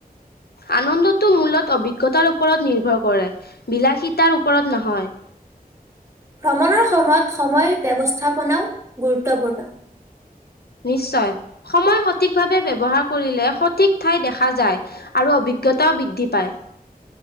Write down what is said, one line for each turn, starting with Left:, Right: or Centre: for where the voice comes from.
Left: আনন্দটো মূলত অভিজ্ঞতাৰ ওপৰত নিৰ্ভৰ কৰে বিলাসী তাৰ ওপৰত নহয়।
Right: ভ্ৰমণৰ সময়ত সময় ব্যৱস্থাপনাও গুৰুত্বপূৰ্ণ।
Left: নিশ্চয় সময় সঠিকভাৱে ব্যৱহাৰ কৰিলে সঠিক ঠাই দেখা যায়। আৰু অভিজ্ঞতাও বৃদ্ধি পায়।